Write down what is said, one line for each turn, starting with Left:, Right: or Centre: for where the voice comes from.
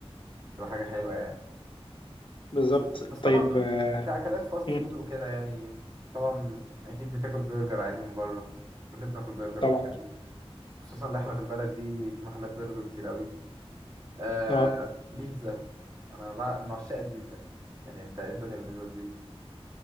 Right: تبقى حاجه حلوه يعني
Left: بالظبط
Right: بس بس طبعا
Left: طيب آه،
Right: كاكلات فاست
Left: مم،
Right: فود وكده يعني طبعا اكيد بتاكل برجر عادي من بره كلنا بناكل برجر
Left: طبعا
Right: والحاجات دي خصوصا اللي احنا في البلد دي في محلات برجر كتير قوي آه
Left: اه
Right: بيتزا انا بع- من عشاق البيتزا يعني انت ايه الدنيا بالنسبه للبيتزا